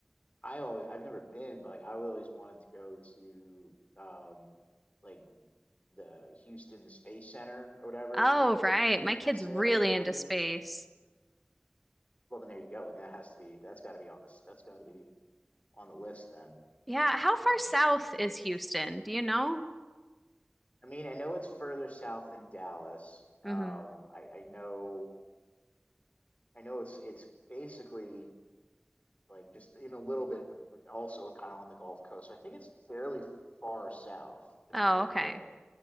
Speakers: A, on the left (about 35°); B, in the centre.
A: I always I've never been, but like I always wanted to go to um like the Houston Space Center or whatever,
B: Oh,
A: like the
B: right.
A: NASA
B: My kid's really
A: headquarters.
B: into space.
A: Well, then there you go. I mean, that has to be that's got to be on this that's got to be on the list then.
B: Yeah. How
A: if
B: far
A: you're gonna.
B: south is Houston? Do you know?
A: I mean, I know it's further south than Dallas. Um,
B: Mm-hmm.
A: I, I know, I know it's it's basically like just in a little bit, but also kind of on the Gulf Coast. So I think it's fairly far south compared
B: Oh, okay.
A: to,